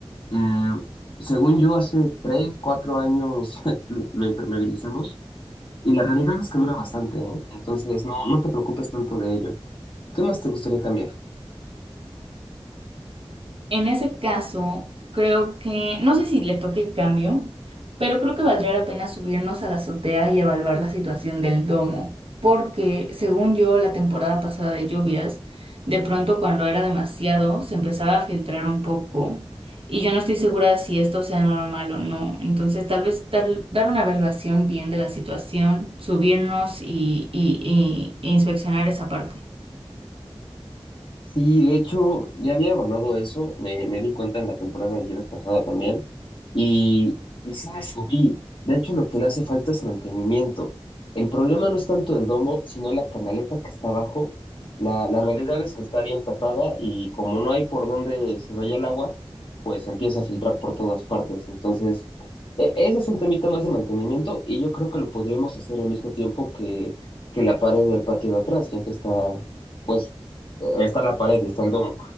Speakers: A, on the left (about 55°); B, on the right (about 70°).
A: Eh, según yo, hace tres, cuatro años <laughs> lo, lo impermeabilizamos y la realidad es que dura bastante, ¿eh? Entonces no, no te preocupes tanto de ello. ¿Qué más te gustaría cambiar?
B: En ese caso, creo que, no sé si le toque cambio, pero creo que valdría la pena subirnos a la azotea y evaluar la situación del domo, porque según yo, la temporada pasada de lluvias, de pronto cuando era demasiado, se empezaba a filtrar un poco y yo no estoy segura si esto sea normal o no. Entonces, tal vez tal- dar una evaluación bien de la situación, subirnos y, y y- e inspeccionar esa parte.
A: Sí, de hecho, ya había evaluado eso, me, me di cuenta en la temporada de viernes pasada también, y, y sí me subí. De hecho, lo que le hace falta es mantenimiento. El problema no es tanto el domo, sino la canaleta que está abajo. La, la realidad es que está bien tapada y como no hay por dónde se vaya el agua, pues empieza a filtrar por todas partes. Entonces, e- ese es un temita más de mantenimiento y yo creo que lo podríamos hacer al mismo tiempo que, que la pared del patio de atrás, ya que está pues está la pared y está el domo.